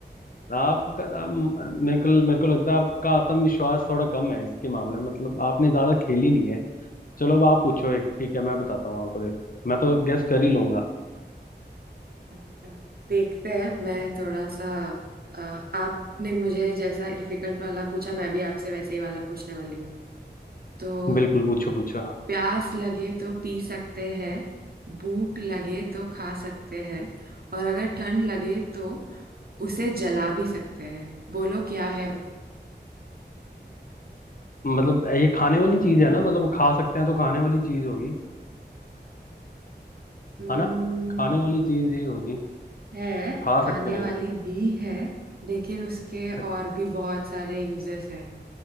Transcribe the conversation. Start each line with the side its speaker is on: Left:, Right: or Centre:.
Left: आपका आप, मेरे को मेरे को लगता है आपका आत्मविश्वास थोड़ा कम है इसके मामले में मतलब आपने ज्यादा खेली नहीं है चलो अब आप पूछो एक ठीक है मैं बताता हूँ आपको देखो मैं तो गेस कर ही लूंगा
Right: अच्छा, देखते हैं मैं थोड़ा सा अ, आपने मुझे जैसा डिफिकल्ट वाला पूछा मैं भी आपसे वैसे ही वाला पूछने वाली हूँ तो
Left: बिल्कुल पूछो पूछो
Right: प्यास लगे तो पी सकते हैं भूख लगे तो खा सकते हैं और अगर ठंड लगे तो उसे जला भी सकते हैं बोलो क्या है वो
Left: मतलब ये खाने वाली चीज है ना मतलब खा सकते हैं तो खाने वाली चीज होगी
Right: हम्म
Left: है ना खाने वाली चीज ही होगी
Right: है
Left: खा
Right: खाने
Left: सकते हैं
Right: वाली भी है लेकिन उसके
Left: अ-
Right: और भी बहुत सारे यूजेस हैं